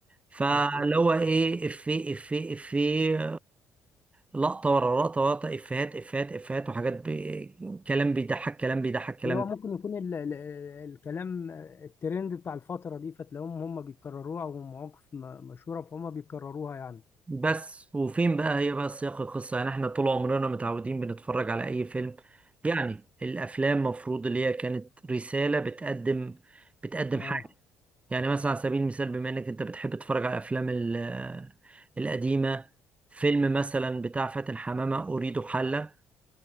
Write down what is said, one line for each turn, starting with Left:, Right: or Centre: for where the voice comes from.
Right: فاللي
Left: مظبوط
Right: هو ايه افيه افيه افيه لقطة ورا لقطة ورا لقطة إفيهات إفيهات إفيهات وحاجات بي... كلام بيضحك كلام بيضحك كلام
Left: اللي هو ممكن يكون ال ال الكلام آه، الترند بتاع الفترة دي فتلاقيهم هم بيكرروها او مواقف م- مشهورة فهم بيكرروها يعني
Right: بس وفين بقى هي بقى سياق القصة يعني إحنا طول عمرنا متعودين بنتفرج على أي فيلم يعني الأفلام مفروض اللي هي كانت رسالة بتقدم بتقدم
Left: اه
Right: حاجة يعني مثلا على سبيل المثال بما إنك أنت بتحب تتفرج على الأفلام ال- القديمة فيلم مثلا بتاع فاتن حمامة أريد حلا